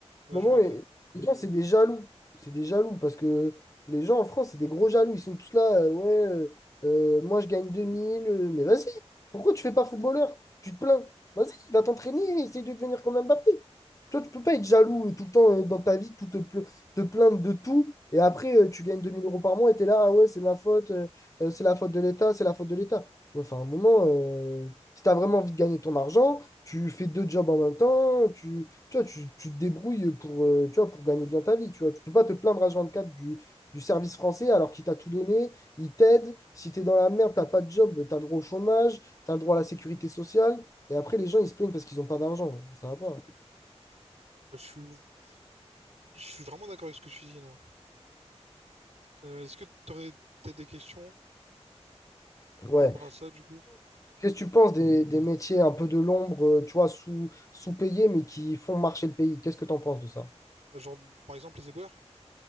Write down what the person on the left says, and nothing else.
moment,
et-
les gens, c'est des jaloux. C'est des jaloux parce que les gens en France, c'est des gros jaloux. Ils sont tous là, euh, ouais, euh, euh, moi je gagne 2000, euh, mais vas-y, pourquoi tu fais pas footballeur? Tu te plains. Vas-y, va t'entraîner, essaye de devenir comme Mbappé. Toi, tu peux pas être jaloux euh, tout le temps euh, dans ta vie, tout te, pla- te plaindre de tout, et après, euh, tu gagnes 2000 euros par mois et t'es là, ah ouais, c'est ma faute, euh, euh, c'est la faute de l'État, c'est la faute de l'État. Ouais, Enfin, à un moment, euh, si t'as vraiment envie de gagner ton argent, tu fais deux jobs en même temps, tu, tu vois, tu, tu te débrouilles pour, euh, tu vois, pour gagner bien ta vie. Tu vois, tu peux pas te plaindre à 24 du, du service français alors qu'il t'a tout donné, il t'aide. Si tu es dans la merde, t'as pas de job, tu as le droit au chômage, tu as le droit à la sécurité sociale. Et après, les gens, ils se plaignent parce qu'ils n'ont pas d'argent. Ça va pas.
Ouais.
Qu'est-ce que tu penses des, des métiers un peu de l'ombre, euh, tu vois, sous, sous-payés, mais qui font marcher le pays? Qu'est-ce que tu en penses de ça?